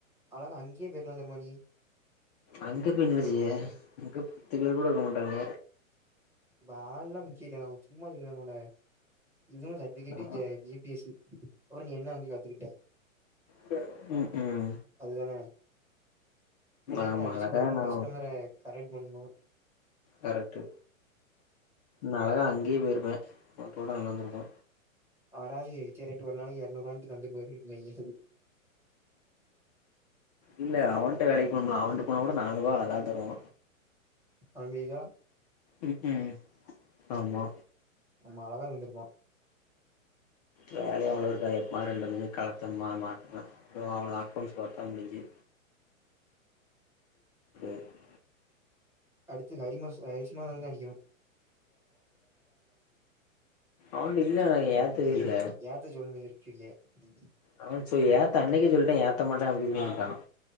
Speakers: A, in the centre; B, on the left (about 30°).
A: அழகா அஞ்சு நீயு பேய்ருக்கலா தெரிமா நீ
B: அங்க போய் என்ன செய்ய அங்க பத்து பேர் கூட இருக்க மாட்டாங்க
A: இப்ப ஆள் எல்லா முக்கியோ இல்ல நா சும்மா சொல்றானுவல இதுவு சர்பிகேட்டு
B: ஆமா
A: ஜே ஜி பி எஸ்சூ ஒரு நீ என்ன அங்க கத்துகிட்ட
B: ப ம் ம்
A: அதுதானே பிரின்டீங்க
B: ஆமா
A: அடிச்சு
B: அழகா
A: குடுக்கணு
B: நா
A: கஸ்டமர கரெக்ட் பண்னணு
B: கரெக்ட்டு நா அழகாக அங்கயே போயிருப்ப அதுகூட நல்லாந்துருக்கு
A: அவறாவது சேர் ரைட்டு ஒரு நாளைக்கு இரநூற் ரூவாண்டு தந்து இருப்பாரு ம்பாங்கே
B: இல்ல அவன்ட வேலைக்கு போணுல்ல அவன்ட போனா கூட நானூற் ரூபா அழகா தருவா
A: அமீரா
B: உம் உம் ஆமா
A: ரொம்ப அழகா தந்திருப்பா
B: வேலையு அவ்ளோ இருக்காது எப்மா ரெண்டுதயு கலத்தனமா மாட்னமா தோ அவ்ளது அக்கவுண்டஸ் பாத்த முடிஞ்சி <unintelligible>
A: அடுத்து ஹரிமாஸ் ஹரிம்ல்லா அடிக்கணு
B: அவன்ட இல்ல நாங்க ஏத்தவே இல்ல
A: இந்த <unintelligible> இருக்குல்ல ம்
B: அவன் சொ ஏத்த அன்னைக்கே சொல்ட்டே ஏத்த மாட்டே அப்டி இப்டின்டா அத